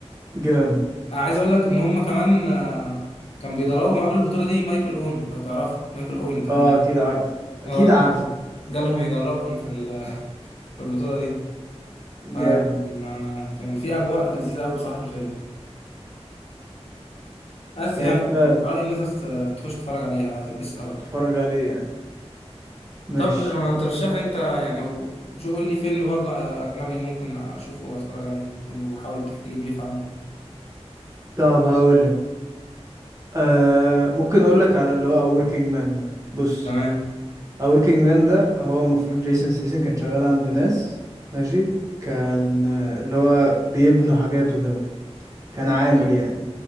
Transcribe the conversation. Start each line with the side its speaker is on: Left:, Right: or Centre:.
Right: جامد
Left: انا عايز اقول لك ان هم كمان آه، كان بيدربهم قبل البطولة دي مايكل اون لو تعرفه مايكل اون تقريبا
Right: اه اكيد عارف اكيد
Left: اه
Right: عارف
Left: كان جالهم يدربهم في ال... <laughs> في البطولة دي
Right: جامد
Left: فكان آه، كان في أجواء لذيذة أوي بصراحة في الفيلم بس
Right: يعني
Left: يعني
Right: انت
Left: في رأيي الناس تس- تخش تتفرج عليها هتتبسط أوي
Right: هتتفرج عليه يعني ماشي
Left: طب ما ترشح لي أنت يعني أو شو قول لي فيلم برضه أجنبي ممكن أشوفه وأتفرج عليه وحاول تحكي لي بريف عنه
Right: طب هقول لك آه ممكن اقول لك على اللي هو A Working Man ده بص
Left: تمام
Right: A Working Man ده هو المفروض جيسون سيسن كان شغال عند ناس ماشي كان آه، اللي هو بيبنوا حاجاته كده كان عامل
Left: تمام
Right: يعني